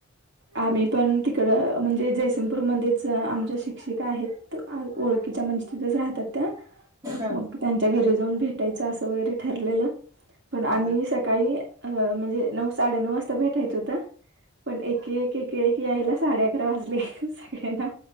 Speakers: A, on the right (about 55°); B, on the right (about 15°).
A: आम्ही पण तिकडं म्हणजे जयसिंगपूरमध्येच आमच्या शिक्षि का आहेत ओळखीच्या म्हणजे तिथच राहतात त्या
B: हा
A: मग त्यांच्या घरी जाऊन भेटायचं असं वगैरे ठरलेलं पण
B: हा
A: आम्ही
B: हा
A: काळी म्हणजे नऊ साडेनऊ वाजता भेटायचं होत. पण एक एक एक एक यायला साडे अकरा वाजले सगळ्यांना